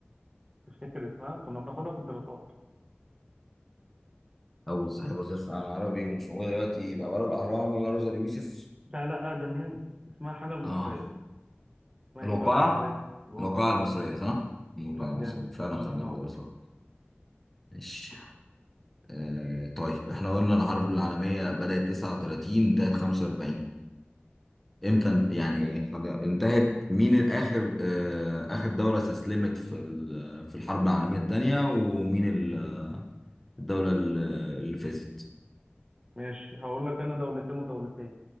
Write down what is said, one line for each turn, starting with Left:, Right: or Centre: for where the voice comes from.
Right: تفتكر اسمها؟ كنا بناخدها في الدراسات
Centre: أول صاحب وزير العالم العربي ومش موجود دلوقتي يبقى ولا الأهرام ولا روزا اليوسف
Right: لا لا آدم يعني اسمها حاجة المصرية
Centre: اه
Right: اسمها
Centre: الوقائع
Right: ايه بقى المصرية؟ الوقائع
Centre: الوقائع المصرية صح؟ الوقائع
Right: لا
Centre: المصرية
Right: جامد
Centre: فعلا
Right: الله
Centre: خدناها
Right: ينور
Centre: في دراسات ماشي آه طيب احنا قلنا الحرب العالمية بدأت 39 انتهت 45 امتى انت- يعني ايه خد- انتهت مين الآخر آه آخر دولة استسلمت في ال- في الحرب العالمية الثانية ومين ال- الدولة ال- اللي فازت
Right: ماشي هقول لك انا دولتين ودولتين